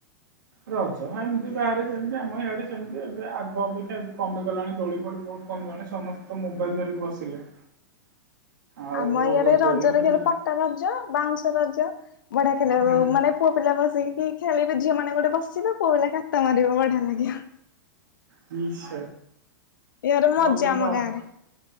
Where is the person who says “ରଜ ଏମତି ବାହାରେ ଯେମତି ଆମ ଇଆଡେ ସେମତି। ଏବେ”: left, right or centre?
Right